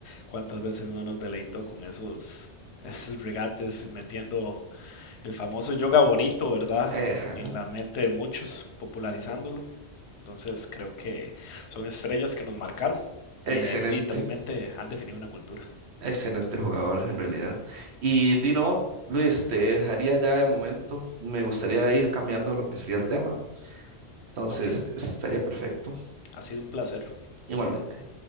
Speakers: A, on the left (about 75°); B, on the right (about 75°).
A: ¿Cuántas veces no nos deleitó con esos, esos regates metiendo El famoso yoga bonito, ¿verdad?
B: Ejá,
A: En la mente de muchos, popularizándolo. Entonces creo que son estrellas que nos marcaron
B: excelente.
A: y eh, literalmente han definido una cultura.
B: Excelente jugador en realidad. Y Dino, Luis, te dejaría ya de momento. Me gustaría ir cambiando lo que sería el tema. Entonces,
A: Ok,
B: estaría perfecto.
A: ha sido un placer.
B: Igualmente.